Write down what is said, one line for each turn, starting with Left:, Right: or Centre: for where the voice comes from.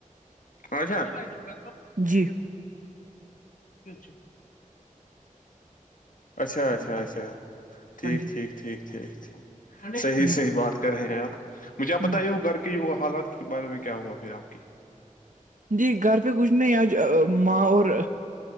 Left: اچھا اچھا
Right: جی
Left: <unintelligible> اچھا اچھا اچھا ٹھیک
Right: ہاں جی
Left: ٹھیک ٹھیک ٹھیک ٹھیک صحیح
Right: جی
Left: صحیح بات کر رہے ہیں ایپ مجھے آ
Right: ہ
Left: بتائی وہ گھر کے ہییا حالات کے بارے میں کیا ہوا پھر آپ کی
Right: جی گھر پہ کچھ نہیں آج ماں اور